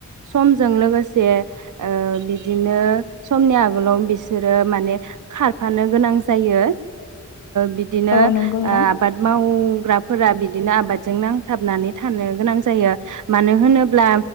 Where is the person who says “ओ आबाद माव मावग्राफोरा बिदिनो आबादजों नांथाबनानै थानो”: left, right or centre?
Right